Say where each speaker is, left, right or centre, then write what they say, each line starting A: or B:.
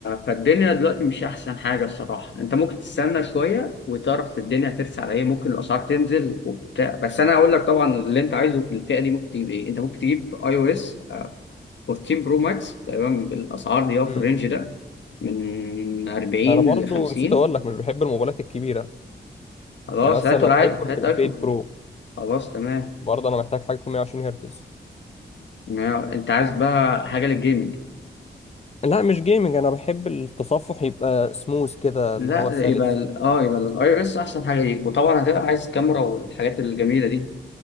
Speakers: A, on the left; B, on the left.
A: فالدنيا دلوقتي مش احسن حاجه الصراحه انت ممكن تستنى شويه وتعرف الدنيا هترسى على ايه ممكن الاسعار تنزل وبتاع بس انا هقول لك طبعا اللي انت عايزه في الفئه دي ممكن تجيب ايه انت ممكن تجيب اي او اس 14 برو ماكس تقريبا بالاسعار دي أو
B: امم
A: في الرينج ده من 40
B: انا برضو
A: ل 50
B: نسيت اقول لك مش بحب الموبايلات الكبيره
A: خلاص
B: يعني مثلا
A: هاته
B: لو
A: العادي
B: ايفون
A: هات
B: تبقى
A: ايفون
B: فئه برو
A: برو. خلاص تمام
B: برضه انا محتاج حاجه تكون 120 هرتز
A: ما انت عايز بقى حاجه للجيمنج
B: لا مش جيمنج انا بحب التصفح يبقى سموث كده
A: لا
B: اللي هو سلس
A: يبقى ال- اه يبقى الاي او اس احسن حاجه ليك وطبعا هتبقى عايز كاميرا والحاجات الجميله دي